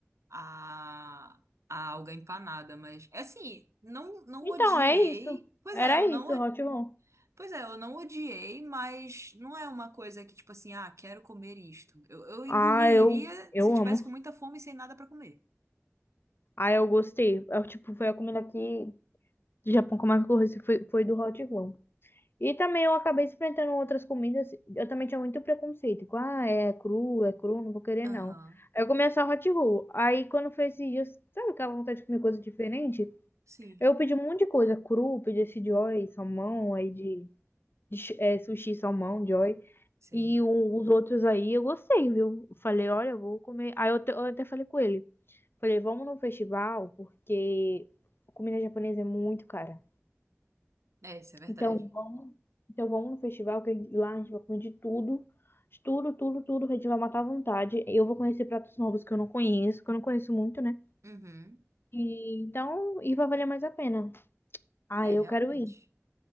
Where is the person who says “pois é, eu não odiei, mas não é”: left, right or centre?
Right